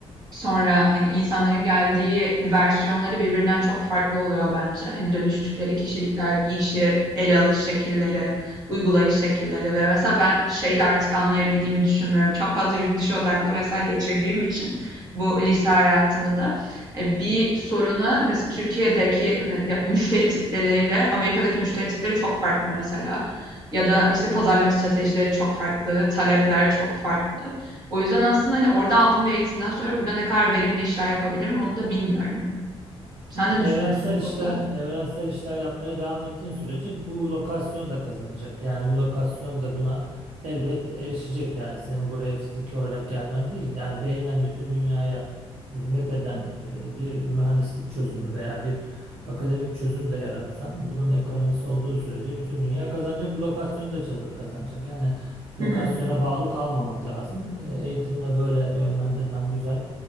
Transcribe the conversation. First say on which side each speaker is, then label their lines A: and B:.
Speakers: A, on the right; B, on the right.
A: Sonra, hani, insanların geldiği versiyonları birbirinden çok farklı oluyor bence. Hani, dönüştükleri kişilikler, bir işi ele alış şekilleri, uygulayış şekilleri ve mesela ben şeyi de artık anlayabildiğimi düşünmüyorum. Çok fazla yurt dışı odaklı mesela geçirdiğim için bu lise hayatımı da, e, bir soruna mesela Türkiye'deki müşteri tipleriyle Amerika'daki müşteri tipleri çok farklı mesela ya da, işte, pazarlama stratejileri çok farklı, talepler çok farklı. O yüzden aslında hani orada aldığım bir eğitimden sonra burada ne kadar verimli işler yapabilirim onu da bilmiyorum. Sen
B: Yani
A: ne
B: evrensel
A: düşünüyorsun bu konuda?
B: işler, evrensel işler yapmaya devam ettiğin sürece bu lokasyon da kazanacak. Yani bu lokasyon da buna elbet erişecek. Yani senin buraya fiziki olarak gelmen değil. Yani beynen bütün dünyaya hizmet eden e, bir mühendislik çözümü veya bir akademik çözüm de yaratsan, bunun ekonomisi olduğu sürece bütün dünya kazanacak. Bu lokasyon da çaz- kazanacak. Yani
A: Hı
B: lokasyona
A: hı.
B: bağlı kalmamak lazım. E, Eğitimine böyle yönlendirmen güzel.